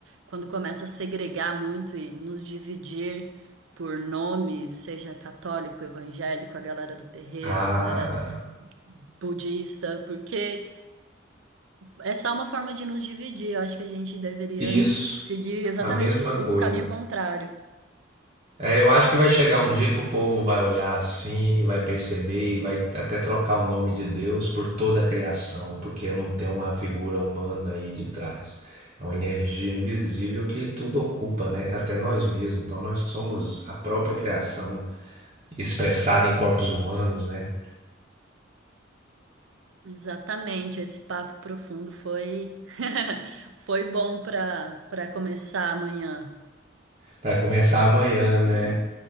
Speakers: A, on the right; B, on the right.
A: quando começa a segregar muito e nos dividir por nomes, seja católico, evangélico, a galera do terreiro,
B: Ah,
A: a galera budista, porque é só uma forma de nos dividir. Eu acho que a gente deveria
B: isso,
A: seguir exatamente
B: a mesma
A: o
B: coisa.
A: o caminho contrário.
B: É, eu acho que vai chegar um dia que o povo vai olhar assim, vai perceber e vai até trocar o nome de Deus por toda a criação, porque não tem uma figura humana aí de trás. É uma energia invisível que tudo ocupa, né? Até nós mesmos. Então nós somos a própria criação expressada em corpos humanos, né?
A: Exatamente, esse papo profundo foi <laughs> foi bom para para começar amanhã.
B: Para começar amanhã, né?